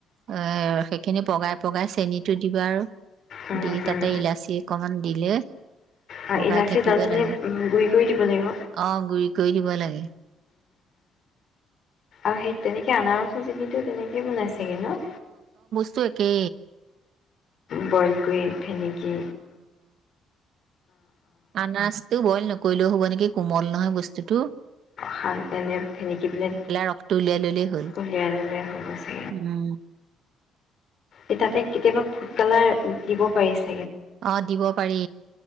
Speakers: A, on the right; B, on the left.
A: এ সেইখিনি পগাই পগাই চেনটো দিবা আৰু
B: উম
A: দি
B: উম
A: তাতে ইলাচি অকমান দিলে
B: ইলাচি
A: বগাই থাকিব
B: দালচেনি
A: লাগে
B: গুৰি কৰি দিব লাগিব।
A: অ গুৰি কৰি দিব লাগে <unintelligible>
B: অ সেই তেনেকে আনাৰস চো তেনেকে কি বনাইছেগৈ ন
A: য়কে
B: বনকুইন সেিনকিকে
A: আ নছ্ত ব'ল ন কৰিলেও হ'ব নেকি কোমল নহয় বস্তুতটো
B: হান এনে ফেনেকি পিনে
A: ৰসটো উলিয়াই ললেই হ'ল
B: উলিয়াই ললে হৈ গছে
A: উম
B: এ তাতে কেতিয়াবা ফুড কালাৰ দিব পাৰিছে।
A: অ, দিব। পাৰি